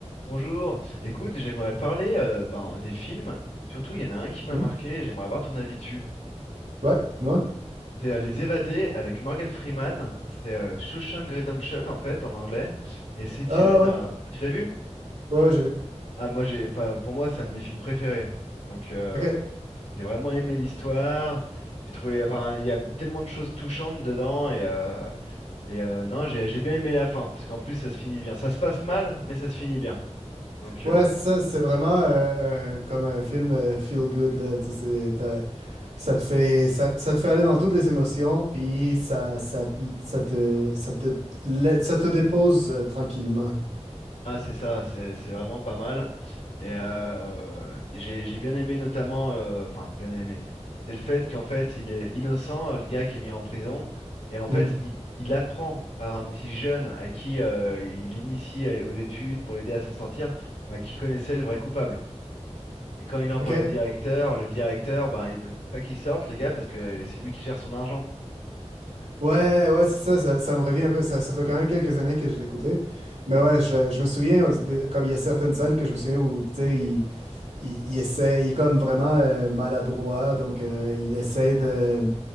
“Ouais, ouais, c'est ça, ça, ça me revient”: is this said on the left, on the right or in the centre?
Right